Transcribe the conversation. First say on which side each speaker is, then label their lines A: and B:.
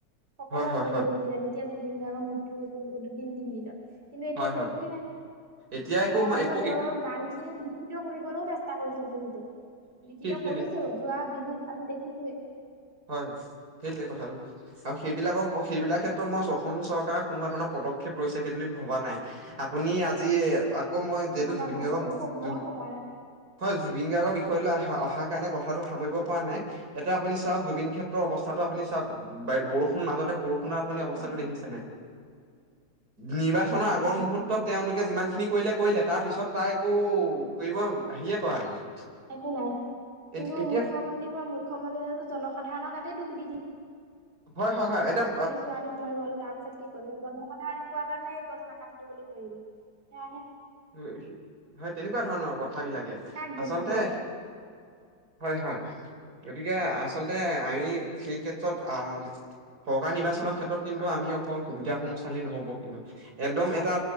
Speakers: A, on the right; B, on the right.
A: সকলো
B: হয় হয়
A: আগবাঢ়ি
B: হয়
A: আহিছিলে, যেতিয়া জুবিন গাৰ্গৰ মৃত্যু হৈছিল‌ <unintelligible> দিন, দিন, দিনত কিন্তু এতিয়াতো
B: হয় হয়
A: একোৱেই নাই,
B: এতিয়া একো
A: বৰঞ্চ
B: একো
A: তেওঁৰ গান খিনি বিকৃত কৰিবলৈও চেষ্টা কৰি বহুতে
B: সেই
A: কৰিছেও যোৱা বিহুত আমি দেখিছোয়ে
B: হয় সেইটোৱে কথাটো আৰু সেইবিলাকক সেইবিলাক ক্ষেত্ৰত মই অসম চৰকাৰে কোনোবা ধৰণৰ পদক্ষেপ লৈছে সেইটো ভবা নাই আপুনি আজি আকৌ মই যিহেতু
A: ভবা
B: জুবিন
A: নাই
B: গাৰ্গৰ
A: আমিও
B: জ
A: মই ভবা নাই
B: হয় জুবিন গাৰ্গৰ বিষয় লৈ আহ অহাৰ কাৰণে কথাটো সামৰিব পৰা নাই এতিটা আপুনি চাওক জুবিন ক্ষেত্ৰৰ অৱস্থাতো আপুনি চাওক বৰষুণ মাজতে বৰষুণ। আপুনি অৱস্থাতটো
A: হয় হয়
B: দেখিছেনে। নিৰ্বাচনৰ আগৰ
A: হয় হয়।
B: মুহুৰ্তত তেওঁলোকে যিমান। খিনি কৰিলে কৰিলে তাৰপিছত তাই একো কৰিব হেৰিয়ে কৰা নাই।
A: একো নাই
B: এ
A: কিন্তু
B: এতিয়া
A: মুখ্যমন্ত্ৰী হোৱা মুখ্যমন্ত্ৰী নো জন। সাধাৰণ গাতে দুখ দিয়ে।
B: হয় হয় হয় এতিয়া
A: মানে ছোৱালী মৰি গ'ল তাৰ পিছত কি কল জনসাধাৰণে কোৱা গছ ন কাটিলো বুলি কলে সেয়াহে
B: উম হয় তেনেকুৱা ধৰণৰ কথা কথাবিলাকে
A: কাক দুখ
B: আচলতে
A: দিব
B: হয় হয় গতিকে আচলতে আমি সেই ক্ষেত্ৰত আহ চৰকাৰ নিৰ্বাচনৰ ক্ষেত্ৰত কিন্তু আমি অকল সুবিধাস সমূহ চালেই নহ'ব কিন্তু একদম এটা